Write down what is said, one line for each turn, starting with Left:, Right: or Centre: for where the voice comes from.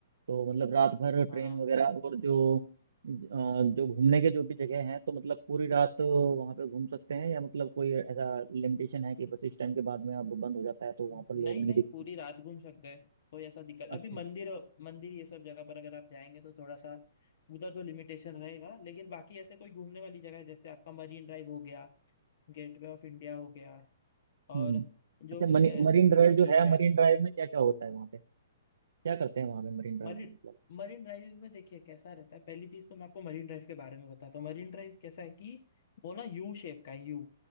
Right: तो मतलब रात भर ट्रेन
Left: हाँ हाँ, हाँ।
Right: वगैरह और जो अ, जो घूमने के जो भी जगह हैं तो मतलब पूरी रात वहाँ पे घूम सकते हैं या मतलब कोई ऐसा लिमिटेशन है कि बस इस टाइम के बाद में अब बंद हो जाता है तो वहाँ
Left: नहीं
Right: पर लोग नहीं
Left: नहीं
Right: दिखते
Left: पूरी रात घूम सकते हैं कोई ऐसा दिक्कत
Right: अच्छा
Left: अभी मंदिर मंदिर ये सब जगह पर अगर आप जाएंगे तो थोड़ा सा उधर तो लिमिटेशन रहेगा लेकिन बाकी ऐसे कोई घूमने वाली जगह है जैसे आपका मरीन ड्राइव हो गया गेटवे ऑफ इंडिया हो गया और
Right: हम्म
Left: जो
Right: अच्छा
Left: भी
Right: मनी
Left: है
Right: मरीन
Left: समझे
Right: ड्राइव
Left: बाकी
Right: जो है मरीन ड्राइव में क्या क्या होता है वहाँ पे क्या करते हैं वहाँ पे मरीन ड्राइव
Left: मरीन
Right: में मतलब
Left: मरीन ड्राइव में देखिए कैसा रहता है पहली चीज तो मैं आपको मरीन ड्राइव के बारे में बताता हूँ मरीन ड्राइव कैसा है कि वो ना यू शेप का है यू